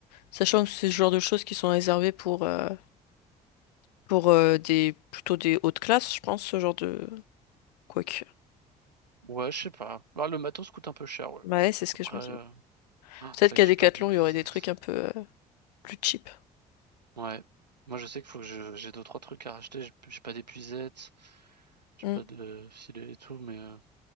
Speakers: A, on the left; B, on the right.
A: Sachant que c'est ce genre de choses qui sont réservées pour, euh, Pour euh, des plutôt des hautes classes, je pense, ce genre de. Quoique.
B: Ouais, je sais pas. Ah, le matos coûte un peu cher, ouais.
A: Bah Ouais, c'est ce
B: Après,
A: que je me
B: euh,
A: dis.
B: ah,
A: Peut-être
B: c'est vrai
A: qu'à
B: que j'ai
A: Decathlon,
B: pas d'épuisette.
A: il y aurait des trucs un peu euh, plus cheap.
B: Ouais. Moi, je sais qu'il faut que je, j'ai deux, trois trucs à racheter. J'ai j'ai pas d'épuisette, j'ai
A: Mm.
B: pas de filet et tout, mais euh,